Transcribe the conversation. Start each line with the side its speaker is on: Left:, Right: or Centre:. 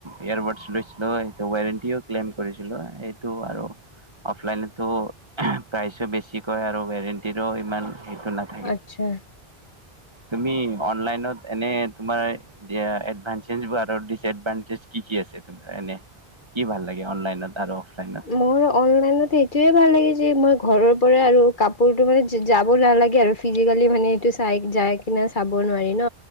Right: ইয়াৰবাড্ছ লৈছিলো সেইটো ৱাৰেণ্টিও ক্লেইম কৰিছিলো, সেইটো আৰু। অফলাইনততো প্ৰাইচো বেছি কয় আৰু ৱেৰেণ্টিৰো ইমান সেইটো না-
Left: আচ্ছা।
Right: তুমি অনলাইনত এনে তোমাৰ দিয়া এডভান্টেজ আৰু দিছ এডভান্টেজ কি কি আছে তোমাৰ এনে? কি ভাল লাগে অনলাইনত আৰু অফলাইনত?
Left: মোৰ অনলাইনতে এইটোৱে ভাল লাগে যে মই ঘৰৰ পৰা আৰু কাপোৰটো মানে যাব নালাগে আৰু। ফিজিক্সেলি মানে চাই যাই কেনে চাব নোৱাৰি ন